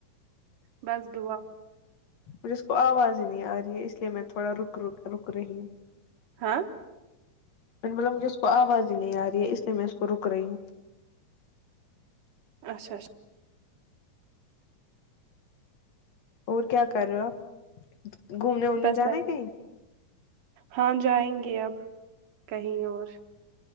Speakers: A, on the right; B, on the left.
A: بس دعا
B: مجھے اس کو آواز ہی نہیں آ رہی ہے اس لیے میں تھوڑا رک رک رک رہی
A: ہاں
B: میں نو بولا مجھے اس کو آواز ہی نہیں آ رہی ہے اس لیے میں اس کو رک رہی ہوں
A: اچھا اچھا
B: اور کیا کر رہے ہوگھومنے وومنے
A: بس
B: جانا
A: ب
B: ہے کہیں
A: ہاں جائیں گے اب کہیں اور